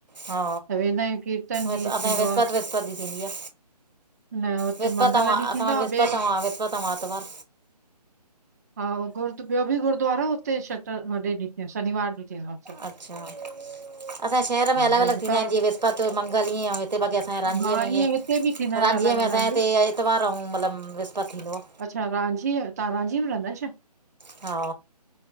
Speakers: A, on the right; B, on the right.
A: हा
B: त वेंदा आहियूं कीर्तन बि
A: असां
B: थींदो
A: ॾे विसपत
B: आहे
A: विसपत ॾीह थींदी आ
B: न हुते
A: विसपत
B: मंगल
A: अऊ,
B: ॾींहुं
A: असां
B: थींदो
A: वट
B: आहे
A: विसपत
B: ॿिए
A: अऊ विसपत अऊ आतवार
B: हा गुर ॿियो बि गुरु्वारो आ हुते छछर ॾींहुं, शनिवार ॾींह थीदो आ।
A: अच्छा असांजे शहर में अलॻि
B: भई
A: अलॻि थींदा
B: पर
A: आहिनि जीअं विस्पत मंगल ईअं, ऐं हिते बाक़ी असांजे रांझी
B: हा
A: में ईअं
B: हिते बि थींदा
A: रांझि
B: आहिनि अलॻि
A: में असां
B: अलॻि
A: इते इतवार अऊं मतलब विस्पत थींदो आ
B: अच्छा रांझीअ, तहां रांझी में रहंदा आहियो छा?
A: हा